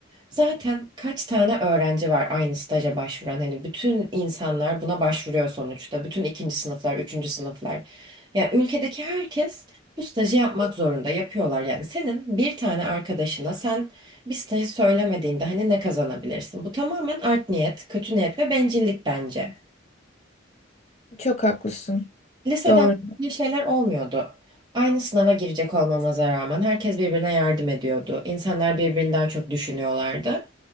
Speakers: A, on the right (about 20°); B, on the left (about 35°).
A: Zaten kaç tane öğrenci var aynı staja başvuran? Hani bütün insanlar buna başvuruyor sonuçta. Bütün ikinci sınıflar, üçüncü sınıflar. Yani ülkedeki herkes bu stajı yapmak zorunda. Yapıyorlar yani. Senin bir tane arkadaşına sen bir stajı söylemediğinde hani ne kazanabilirsin? Bu tamamen art niyet, kötü niyet ve bencillik bence.
B: çok haklısın
A: Lisede
B: doğru
A: bir şeyler olmuyordu. Aynı sınava girecek olmamıza rağmen herkes birbirine yardım ediyordu. İnsanlar birbirini daha çok düşünüyorlardı.